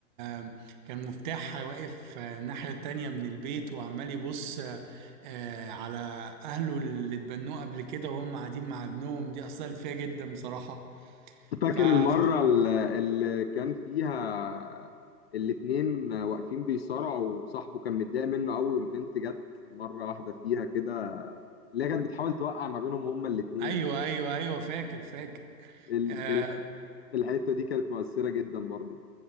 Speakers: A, on the right; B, on the left.
A: آه كان مفتاح واقف آه، الناحية التانية من البيت وعمال يبص آه آه، على اهله اللي اتبنوه قبل كده وهم قاعدين مع ابنهم دي أثرت فيا جدا بصراحة
B: فاكر
A: ففي
B: المره اللي اللي كان فيها الاتنين واقفين بيصارعوا وصاحبه كان متضايق منه قوي والبنت جت مره واحده فيها كده اللي هي كانت بتحاول توقع ما بينهم هما الاتنين
A: ايوه ايوه ايوه فاكر فاكر
B: ال-
A: آه،
B: ال- الحته دي كانت مؤثره جدا برضو